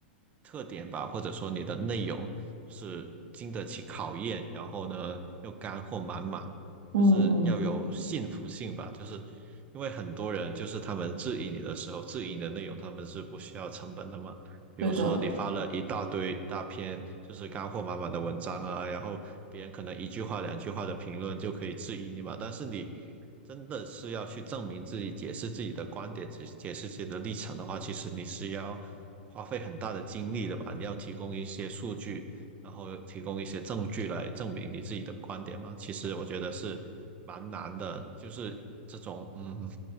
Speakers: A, on the right (about 25°); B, on the right (about 70°).
A: 特点吧，或者说你的内容就是经得起考验，然后呢又干货满满，
B: 嗯嗯，
A: 就是要有信服性吧。就是因为很多人就是他们质疑你的时候，质疑你的内容，他们是不需要成本的嘛。比如说你发了一大堆大篇就是干货满满的文章啊，
B: 对的，
A: 然后别人可能一句话两句话的评论就可以质疑你嘛，但是你真的是要去证明自己、解释自己的观点、解解释自己的立场的话，其实你是要花费很大的精力的吧？你要提供一些数据，然后提供一些证据来证明你自己的观点嘛。其实我觉得是蛮难的，就是这种嗯，